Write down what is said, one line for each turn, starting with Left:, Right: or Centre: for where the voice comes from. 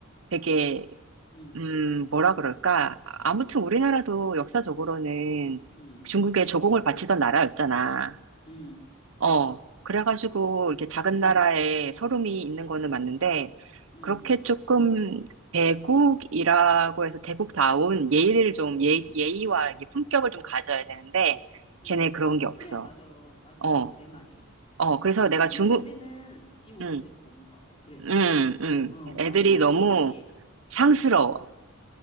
Right: 되게,
Left: 음,
Right: 음, 뭐라 그럴까. 아무튼 우리나라도 역사적으로는
Left: 음,
Right: 중국에 조공을 바치던 나라였잖아.
Left: 음,
Right: 어, 그래가지고 이렇게 작은
Left: 음,
Right: 나라에 서름이 있는 거는 맞는데,
Left: 음,
Right: 그렇게 조금 대국이라고 해서 대국다운 예의를 좀,
Left: 음,
Right: 예, 예의와 이게 품격을 좀 가져야 되는데,
Left: 음.
Right: 걔네 그런 게 없어.
Left: 그래, 맞아. 맞아,
Right: 어,
Left: 맞아. 내 말이.
Right: 어, 그래서
Left: 걔네,
Right: 내가
Left: 그래서
Right: 중국,
Left: 걔네는 지원이
Right: 음,
Left: 될 수가 없는 것 같아. 그래서.
Right: 음, 음,
Left: 어, 나른
Right: 애들이
Left: 나를
Right: 너무
Left: 너무 무시해.
Right: 상스러워.